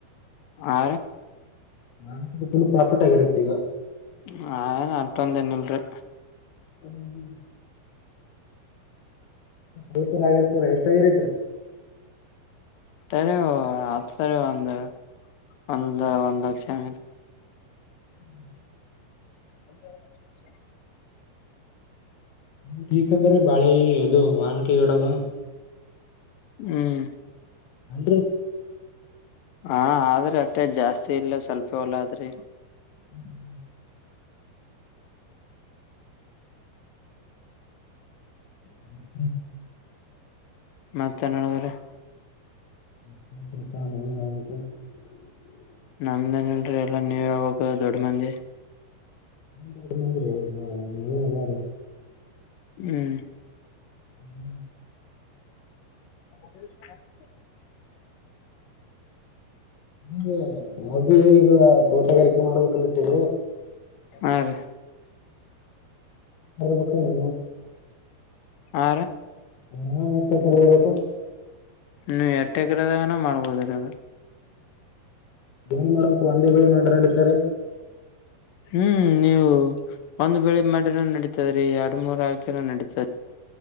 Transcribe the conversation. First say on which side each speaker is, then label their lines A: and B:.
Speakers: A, on the left; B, on the left.
A: ಆ.
B: ನಾ ಹತ್ರ ತುಂಬ ಪ್ರಾಫಿಟ್ ಆಗಿರತ್ತೆ ಈಗ.
A: ಹ ಅಟ್ೊಂದ ಏನಿಲ್ರಿ.
B: ಹ್ಮ್ ಹ್ಮ್. ಸ್ವಲ್ಪರ ಆಗಿರ್ತರ ಎಷ್ಟಾಗಿರ್ೈತ್ರಿ.
A: ಅರಿ ಹಪ್ತಾರೆ ಒಂದು ಒಂದ ಒಂದ್ತ್ತು.
B: ಹ್ಮ್.
A: ಹ <unintelligible>
B: ಹ್ಮ ೀಕ್ ಅಂದ್ರೀ ಬಾಳಿ ಇದು ಮಾನ್ಕ ಇಡದು
A: ಹ್ಮ್
B: ಅ
A: ಹಾ ಆದ್ರೆ ಅಟ್ಟೆ ಜಾಸ್ತಿ ಇಲ್ಲ ಸ್ವಲ್ಪ ಹೊಲ ಆದ್ರಿ.
B: ಹ್ಮ್ ಹ್ಮ್ಮ್.
A: ಮತ್ತ ಚೆನ್ನಡಗ್ರ
B: ಪ <unintelligible>
A: ನಮ್ದನ್ಲ್ರರಿ ಎಲ್ಲಾ ನೀವ ಯ ದೊಡ್ ಮಂದಿ.
B: ನಡಂದ್ರೀ. ನೀ ಎಲ್ಲ
A: ಹ್ಮ್
B: ಹ್ಮ.
A: ಹ.
B: ನಗೆ ನಾವ ಭೀ ಈಗ ತೋಟಗಾರಿಕೆ ಮಾಡ್ಬೇಕಲತ್ತೇ.
A: ಹಾ ರೀ.
B: ಬೇಕ ನೀ.
A: ಆ.
B: ಹ್ಮ ಮೆಸಕಬೇಕು.
A: ನೀ ಎಟ್ಟ ಎಕಿರದಾಗನ ಮಾಡ್ಬೋದಿರೋದು.
B: ಏನ್ ಮಾಡೋ ಕ ಅಂದಿ ಬಳಿ ಮಾಟನಾಡತಾರೆ.
A: ಹ್ಮ್ ನೀವು ಒಂದ್ ಬೆಳಿ ಮಾಡಿರ ನಡೀತದ್ರಿ ಎರಡು ಮೂೂರ್ ಹಾಕಿರ ನಡೀತದ